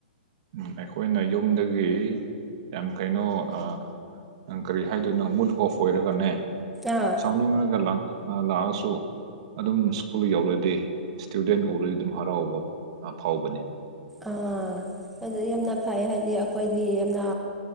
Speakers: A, on the right; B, in the centre.
A: ꯎꯝ ꯑꯩꯈꯣꯏꯅ ꯌꯨꯝꯗꯒꯤ ꯌꯥꯝ ꯀꯩꯅꯣ ꯑ ꯅꯪ ꯀꯔꯤ ꯍꯥꯏꯗꯣꯏꯅꯣ ꯃꯨꯠ ꯑꯣꯐ ꯑꯣꯏꯔꯒꯅꯦ
B: ꯑꯥ
A: ꯁꯥꯎꯅꯤꯡ ꯔꯒ ꯂ‌ꯥꯎ ꯂꯥꯛꯑꯁꯨ ꯑꯗꯨꯝ ꯁ꯭ꯀꯨꯜ ꯌꯧꯔꯗꯤ ꯏꯁꯇꯨꯗꯦꯟ ꯎꯔꯗꯤ ꯑꯗꯨꯝ ꯍꯔꯥꯎꯕ ꯑ ꯐꯥꯎꯕꯅꯤ
B: ꯑꯥ ꯑꯗꯨ ꯌꯥꯝꯅ ꯐꯩ ꯍꯥꯏꯗꯤ ꯑꯩꯈꯣꯏꯗꯤ ꯌꯥꯝꯅ